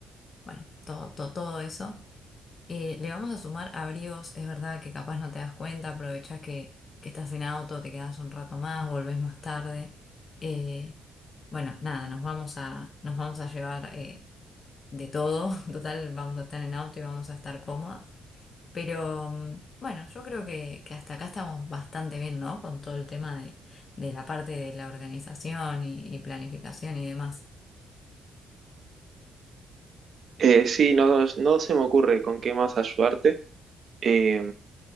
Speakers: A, on the left; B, on the right.
A: bueno, todo, todo, todo eso. Eh, le vamos a sumar abrigos, es verdad que capaz no te das cuenta, aprovechás que, que estás en auto, te quedás un rato más, volvés más tarde. Eh, bueno, nada, nos vamos a, nos vamos a llevar eh, de todo. <laughs> Total, vamos a estar en auto y vamos a estar cómodas. Pero mm, bueno, yo creo que, que hasta acá estamos bastante bien, ¿no? Con todo el tema de, de la parte de la organización y, y planificación y demás.
B: Eh, sí, no, no se me ocurre con qué más ayudarte. Eh,